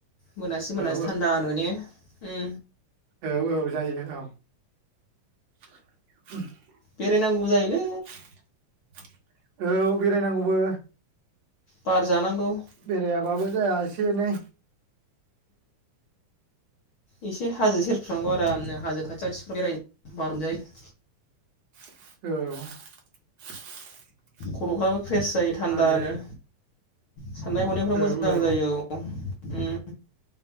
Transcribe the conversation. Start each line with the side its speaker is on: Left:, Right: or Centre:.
Left: मोनासि मोनासि
Right: औ
Left: थान्दा नो ने उम
Right: औ औ जायो औ <inaudible>
Left: बेरायनांगौबो जायोलै
Right: <inaudible> औ बेरायनांगौबो
Left: बार जानांगौ।
Right: बेरायाबाबो जाया एसे एनै
Left: इसे हाजो सेरफ्राव आरामनो हाजो खाथि <inaudible>
Right: औ
Left: खर'फ्राबो फ्रेस जायो थानदानो।
Right: हाजो
Left: साननाय-हनायफ्रा
Right: औ
Left: मोजां
Right: औ
Left: जायो औ उम।